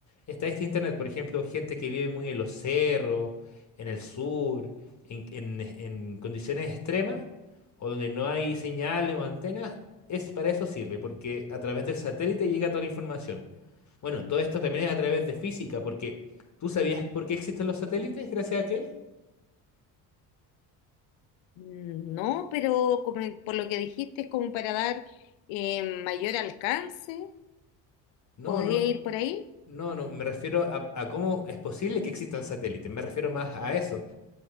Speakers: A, on the left; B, on the left.
A: está este internet. Por ejemplo, gente que vive muy en los cerros, en el sur, en, en- en condiciones extremas, o donde no hay señales o antenas, es para eso sirve, porque a través del satélite llega toda la información. Bueno, todo esto también es a través de física, porque ¿tú sabías por qué existen los satélites? ¿Gracias a qué?
B: Mm, No, pero como en- por lo que dijiste, es como para dar eh, mayor alcance.
A: No,
B: ¿Podría
A: no,
B: ir por ahí?
A: No, no, me refiero a, a cómo es posible que exista un satélite. Me refiero más a eso.